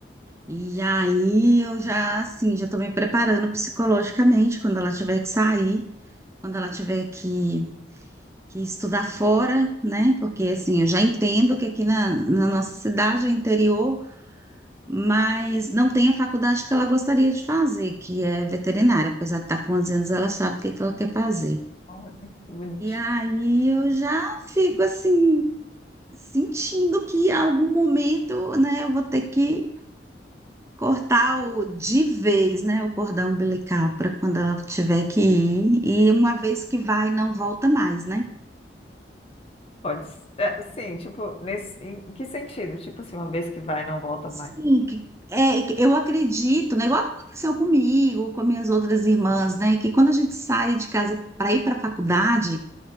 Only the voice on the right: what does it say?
E aí eu já, assim, já tô me preparando psicologicamente quando ela tiver que sair, quando ela tiver que, que estudar fora, né? Porque, assim, eu já entendo que aqui na, na nossa cidade, é interior, mas não tem a faculdade que ela gostaria de fazer, que é veterinária. Apesar de estar com 11 anos, ela sabe o que que ela quer fazer.
E aí eu já fico assim, sentindo que em algum momento, né, eu vou ter que cortar o, de vez, né, o cordão umbilical para quando ela tiver que ir. E uma vez que vai, não volta mais, né?
Sim, que- é, que eu acredito, né? Igual aconteceu comigo, com minhas outras irmãs, né? Que quando a gente sai de casa para ir para a faculdade,